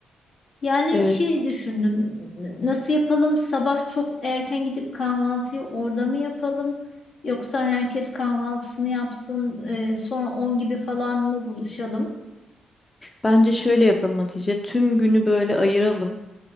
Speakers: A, on the left (about 70°); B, on the left (about 20°).
A: Yani
B: Ee,
A: şey düşündüm. n- Nasıl yapalım? Sabah çok erken gidip kahvaltıyı orada mı yapalım? Yoksa herkes kahvaltısını yapsın, e, sonra 10 gibi falan mı buluşalım?
B: Bence şöyle yapalım Hatice. Tüm günü böyle ayıralım.